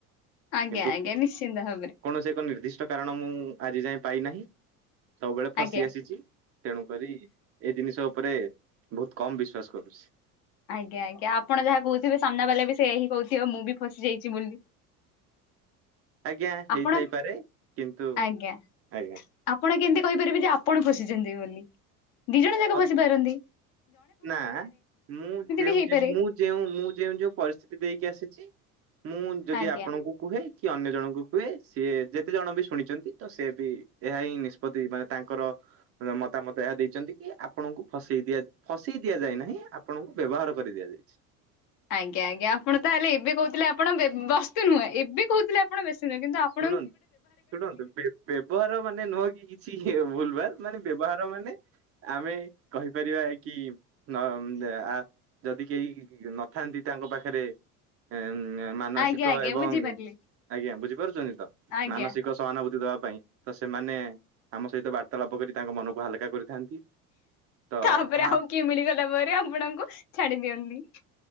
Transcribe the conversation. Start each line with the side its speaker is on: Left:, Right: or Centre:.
Left: ଆଜ୍ଞା
Right: କିନ୍ତୁ
Left: ଆଜ୍ଞା ନିଶ୍ଚିନ୍ତ ଭାବରେ
Right: କୌଣସି ଏକ ନିର୍ଦ୍ଦିଷ୍ଟ କାରଣ ମୁଁ ଆଜି ଯାଏଁ ପାଇନାହିଁ । ସବୁବେଳେ ଫସି
Left: ଆଜ୍ଞା
Right: ଆସିଛି ତେଣୁ କରି ଏଇ ଜିନିଷ ଉପରେ ବହୁତ କମ ବିଶ୍ଵାସ କରୁଛି ।
Left: ଆଜ୍ଞା ଆଜ୍ଞା ଆପଣ ଯାହା କହୁଥିବେ ସାମ୍ନା ବାଲା ବି ସେୟା ହିଁ କହୁଥିବ ମୁଁ ବି ଫସି ଯାଇଛି ବୋଲି ।
Right: ଆଜ୍ଞା
Left: ଆପଣ
Right: ହେଇଥାଇପାରେ କିନ୍ତୁ।
Left: ଆଜ୍ଞା
Right: ଆଜ୍ଞା
Left: ଆପଣ କେମତି କହିପାରିବେ ଯେ ଆପଣ ଫସିଛନ୍ତି ବୋଲି? ଦି ଜଣ ଯାକ
Right: ମତ୍
Left: ଫସି ପାରନ୍ତି ।
Right: ନା ମୁଁ ଯେଉଁ
Left: ବି ହେଇପାରେ
Right: ଯେଉଁ ମୁଁ ଯେଉଁ ମୁଁ ଯେଉଁ ଯେଉଁ ପରିସ୍ଥିତି ଦେଇକି ଆସିଛି। ମୁଁ ଯଦି
Left: ଆଜ୍ଞା
Right: ଆପଣଙ୍କୁ କୁହେ । କି ଅନ୍ୟ ଜଣଙ୍କୁ କୁହେ ସିଏ ଯେତେ ଜଣ ବି ଶୁଣିଛନ୍ତି ତ ସେ ବି ଏହା ହିଁ ନିଷ୍ପତ୍ତି ମାନେ ତାଙ୍କର ର ମତାମତ ଏହା ଦେଇଛନ୍ତି କି ଆପଣଙ୍କୁ ଫସେଇ ଦିଆ ଫସେଇ ଦିଆଯାଇ ନାହିଁ ଆପଣଙ୍କୁ ବ୍ୟବହାର କରି ଦିଆଯାଇଛି ।
Left: ଆଜ୍ଞା ଆଜ୍ଞା ଆପଣ ତାହେଲେ ଏବେ କହୁଥିଲେ ଆପଣ ବେ ବସ୍ତି ନୁହେଁ ଏବେ କହୁଥିଲେ ଆପଣ ବେଶୀ ନୁହେଁ କିନ୍ତୁ ଆପ
Right: ଶୁଣନ ଶୁଣନ୍ତୁ ବ୍ୟ-ବ୍ୟବହାର ମାନେ ନୁହଁ କି କିଛି ହେ ଭୁଲ ଭାଲ ମାନେ ବ୍ୟବହାର ମାନେ। ଆମେ କହିପାରିବା କି ନମ ଦେ ଆ ଯଦି କେହି ନଥାନ୍ତି ତାଙ୍କ ପାଖରେ ଏମ୍ ଉଁ ନା ମାନସିକ
Left: ଆଜ୍ଞା ଆଜ୍ଞା
Right: ଏବଂ
Left: ବୁଝିପାରିଲି
Right: ଆଜ୍ଞା ବୁଝିପାରୁଛନ୍ତି ତ
Left: ଆଜ୍ଞା
Right: ମାନସିକ ସହାନୁଭୂତି ଦବା ପାଇଁ ତ ସେମାନେ ଆମ ସହିତ ବାର୍ତ୍ତାଳାପ କରି ତାଙ୍କ ମନକୁ ହାଲକା କରିଥାନ୍ତି। ତ
Left: ତାପରେ
Right: ତାହା
Left: ଆଉ କିଏ ମିଳିଗଲା ପରେ ଆପଣଙ୍କୁ ଛାଡି ଦିଅନ୍ତି।